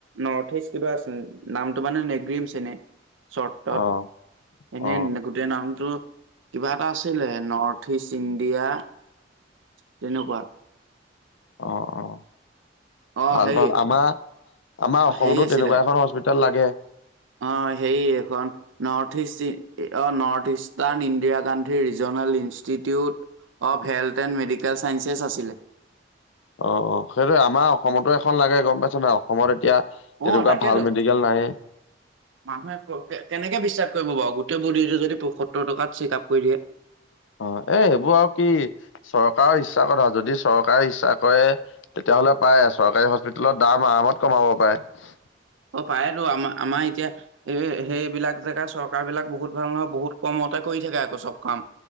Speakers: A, on the right; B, on the left.
A: নৰ্থ ইষ্ট কিবা আছে নামটো মানে নেগম চনে চৰ্তত
B: অ
A: এনে
B: অ
A: গোটেই নামটো কিবা এটা আছিলে নৰ্থ ইষ্ট ইণ্ডিয়া তেনেকুৱা
B: অ অ
A: অ
B: ভাল
A: হেৰি
B: ভাল আমাৰ আমাৰ অসমতো
A: হেৰি আছিলে
B: তেনেকুৱা এখন হস্পিিতেল লাগে
A: অ সে এখন নৰ্থ ইষ্ট অ north ইষ্টাৰণ Indira Gandhi regional institute of health and medical চাইসেছ আছিলে
B: অ সেইটোে আমাৰ অসমতো এখন লাগে গম পাইছে ন অসমত এতিয়া তেনেকুৱা
A: অ তাকেতো
B: ভাল মেডিকেল নাহে
A: মানুহে কেনেকে বিশ্বাস কৰিব বাৰু গোটেই বডিটো যদি পয়সত্তৰ টকাত চেক আপ কৰি দিয়ে
B: অ এ সেইবোৰ আৰু কি চৰকাৰৰ ইচ্ছা কথা যদি চৰকাৰে ইচ্ছা কৰে তেতিয়াাহলে পায় চৰকাৰী হস্পিিতেলত দাম আৰামত কমাব পাৰে
A: অ পায়তো আমাৰ আমাৰ এতিয়া এই সেইবিলাক জেগা চৰকাৰ বিলাক বহুত ভাল নহয় বহুত কম মতে কৰি থাকে আকৌ চব কাম